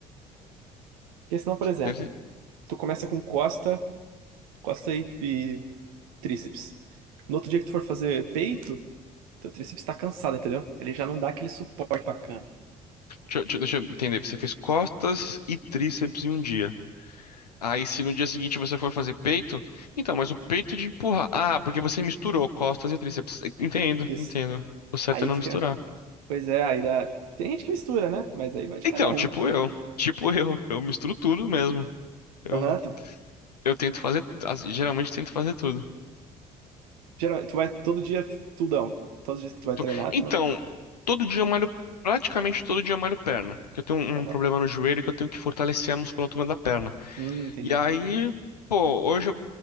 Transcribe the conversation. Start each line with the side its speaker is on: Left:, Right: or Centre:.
Right: Porque senão, por exemplo,
Left: Deve-
Right: tu começa com costa, costa e, e tríceps. No outro dia que tu for fazer peito, teu tríceps tá cansado, entendeu? Ele já não dá aquele suporte bacana.
Left: Deixa, deixa- deixa eu entender. Você fez costas e tríceps em um dia. Aí, se no dia seguinte você for fazer peito, então, mas o peito é de empurrar. Ah, porque você misturou costas e tríceps. Entendo,
Right: Isso.
Left: entendo. O certo
Right: Aí
Left: é não
Right: fica,
Left: misturar.
Right: pois é, aí dá. Tem gente que mistura, né? Mas aí vai de cada
Left: Então,
Right: um.
Left: tipo eu. Tipo eu. Eu misturo tudo mesmo. Eu,
Right: Aham, tu,
Left: eu tento fazer. as- Geralmente tento fazer tudo.
Right: geral- tu vai todo dia tudão. Todos os dias que tu vai
Left: Tu-
Right: treinar,
Left: Então,
Right: tu vai.
Left: todo dia eu malho. Praticamente todo dia eu malho perna. Porque eu tenho um,
Right: Aham.
Left: um problema no joelho que eu tenho que fortalecer a musculatura da perna.
Right: Hum, entendi.
Left: E aí, pô, hoje eu-